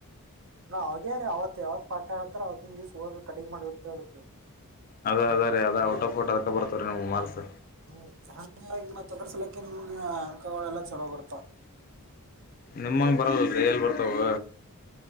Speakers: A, on the right (about 60°); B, on the left (about 40°).
A: ನಾ <inaudible> ರೀ ಅವತ್ ಯಾವತ್ ಪಾಠ ಹೇಳ್ತಾರ ಅವತಿಂನ್ ದಿವ್ಸ ಒದ್ ಕಡಿಗ್ ಮಾಡಿಡ್ತೇದ ರೀ
B: ಅದ ಅದ ರೀ ಅದ ಔಟ್ ಆಫ್ಔಟ್ ಅದಕ ಬರ್ತ ರೀ ನಿಮಗ ಮಾರ್ಕ್ಸ್
A: ಹ್ಮ್ ಹಾಂಗಾಗಿ ಮತ್ ಅದೃಸಲಾಕಿ ನಿಮ್ಗೆ ಅಂಕಗಳ ಎಲ್ಲಾ ಚಲೋ ಬರ್ತಾವ
B: ನಿಮಂಗ ಬರಲಲ್ರಿ ಎಲ್ಲಿ ಬರ್ತಾವ